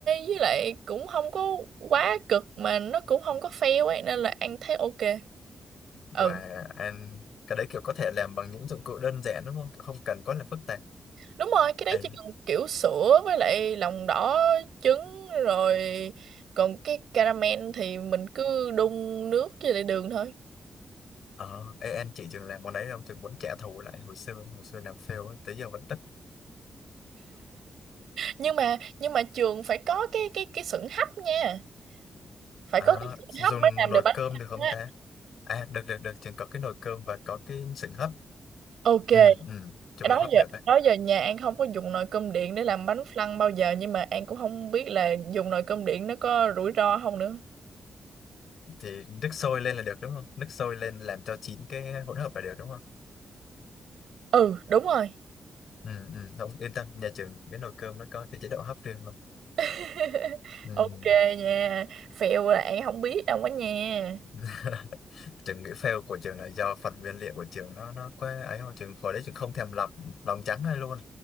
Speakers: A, on the right; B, on the left.
A: với lại cũng không có quá cực mà nó cũng không có fail ấy nên là An thấy ok. Ừ,
B: Wow, anh, cái đấy kiểu có thể làm bằng những dụng cụ đơn giản đúng không? Không cần quá là phức tạp.
A: đúng rồi, cái đấy
B: Ê,
A: chỉ cần kiểu sữa với lại lòng đỏ trứng rồi còn cái caramel thì mình cứ đun nước với lại đường thôi.
B: ờ, ê, anh chị trường làm món đấy không? Trường muốn trả thù lại hồi xưa, hồi xưa làm fail ấy, tới giờ vẫn tức.
A: Nhưng mà nhưng mà trường phải có cái cái cái sửng hấp nha. Phải
B: Ờ,
A: có cái sửng
B: dùng
A: hấp mới làm
B: nồi
A: được bánh
B: cơm
A: căn
B: được không
A: á.
B: ta? À, được, được, được, trường có cái nồi cơm và có cái sừng hấp.
A: Ok,
B: Ừ, ừ, chung
A: đó
B: là hấp
A: giờ
B: được đấy.
A: đó giờ nhà An không có dùng nồi cơm điện để làm bánh flan bao giờ nhưng mà An cũng không biết là dùng nồi cơm điện nó có rủi ro không nữa
B: Thì nước sôi lên là được đúng không? Nước sôi lên làm cho chín cái hỗn hợp là được đúng không?
A: ừ đúng rồi
B: ừ, ừ. không yên tâm nhà trường cái nồi cơm nó có cái chế độ hấp riêng luôn
A: <laughs>
B: ừ.
A: ok nha phèo là An không biết đâu quá nha
B: <laughs> trường nghĩ fail của trường là do phần nguyên liệu của trường nó nó quá ấy không trường hồi đấy trường không thèm lọc lòng trắng hay luôn